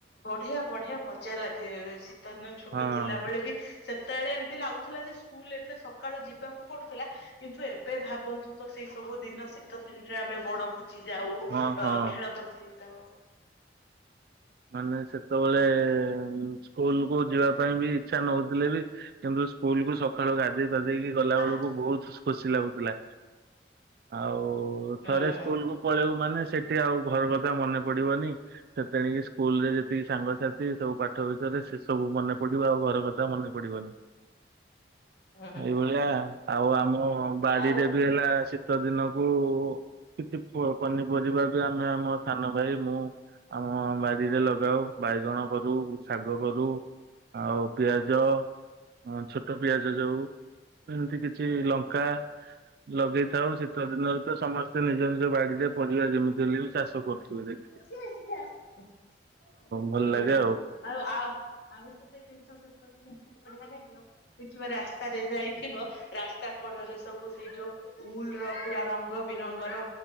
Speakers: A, on the left; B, on the right.
A: ବଢିଆ ବଢିଆ ମଜା ଲାଗେ ସି ସିତ ଦିନ ଛୋଟ
B: ହଁ ହଁ
A: ଥିଲା ବେଳେ ବି ସେ ତେଳେ ଏମିତି ଲାଗୁଥିଲା ଯେ ସୁ ସ୍କୁଲ ଏତେ ସକାଳୁ ଯିବାକୁ ପଡୁଥିଲା କିନ୍ତୁ ଏବେ ଭାବନ୍ତୁ ତ ସେଇ ସବୁ ଦିନ ଶୀତ ଦିନରେ ଆମେ ବଣ ଭୋ ଯାଉ ଅ
B: ହଁ ହଁ।
A: ଖେଳ ପ୍ରତି ତ
B: ମାନେ ସେତେବେଳେ ସ୍କୁଲ କୁ ଯିବା ପାଇଁ ବି ଇଚ୍ଛା ନହଉଥିଲେ ବି କିନ୍ତୁ ସ୍କୁଲ କୁ ସ ସକାଳୁ ଗାଧେଇ ଫାଧେଇକି ଗଲା
A: ଆ
B: ବେଳକୁ ବହୁତ ଖୁସି ଲାଗୁଥିଲା ଆଉ ଆଉ ଥରେ
A: ଉଁ
B: ସ୍କୁଲ କୁ ପଳେଇଉ ମାନେ ସେ ସେଠି ଆଉ ଘର କଥା ମନେ ପଡିବନି ସେ ତେଣିକି ସ୍କୁଲ ରେ ଯେତିକି ସାଙ୍ଗସାଥି ସବୁ ପାଠ ବିଷୟରେ ସେ ସବୁ ମନେ ପଡିବ ଆଉ ଘର କଥା ମନେ ପଡିବନି।
A: ହୁଁ
B: ଏଇଭଳିଆ ଆଉ ଆମ ବାଡ଼ିରେ
A: ଆଉ
B: ବି ହେଲା ସେ ଶୀତ ଦିନକୁ କିଛି ପନିପରିବା ବି ଆମେ ଆମ ସାନ ଭାଇ ମୁଁ ଆମବା ବାଡିରେ ଲଗାଉ ବାଇଗଣ କରୁ ଶାଗ କରୁ ଆଉ ପିଆଜ ହଁ ଛୋଟ ପିଆଜ ଯଉ ଏମିତି କିଛି
A: ହୁଁ
B: ଲଙ୍କା ଲଗେଇଥାଉ ଶୀତ ଦିନରେ ତ ସମସ୍ତେ ନିଜ ନିଜ ନିଜ ବାଡିରେ ପରିବା ଯେମିତି ହେଲେ ବି ଚାଷ କରୁିଥିବେ ଦେ
A: ସେଇଠି ଥା ହୁଁ
B: ଭଲ ଲାଗେ
A: ଆଉ ଆଉ ଆଉ ଗୋଟେ ଜିନିଷ ଶୀତ ଦିନେ ବଢିଅଆ ଦେଖିବ ରାସ୍ତାରେ ଯାଇଥିବ ରାସ୍ତା କଡ଼ରେ ସବୁ ସେଇ ଯୋଉ ଉଲ ର ପୁରା ରଙ୍ଗ ବେରଙ୍ଗର